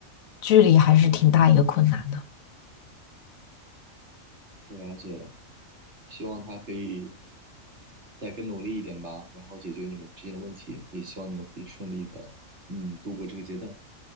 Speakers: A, on the left; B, on the right.
A: 距离还是挺大一个困难的。
B: 我了解了，希望他可以再更努力一点吧，然后解决你们之间的问题，也希望你们可以顺利的，嗯，度过这个阶段。